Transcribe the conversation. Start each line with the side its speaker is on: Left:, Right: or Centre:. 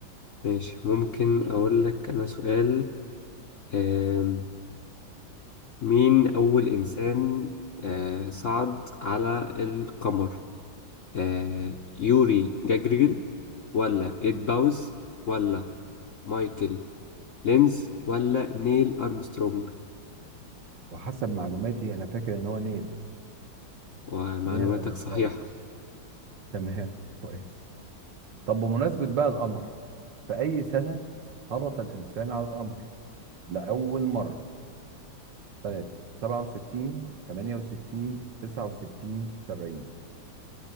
Left: ماشي ممكن أقول لك أنا سؤال آه مين أول إنسان آه صعد على القمر آه يوري جاجرين ولا إيد باوز ولا مايكل لينز ولا نيل أرمسترونج
Right: وحسب معلوماتي أنا فاكر إن هو نيل
Left: ومعلوماتك
Right: نيل أرمسترونج
Left: صحيحة
Right: تمام كويس طب بمناسبة بقى القمر في أي سنة هبط الإنسان على القمر لأول مرة سنة 67 68 69 70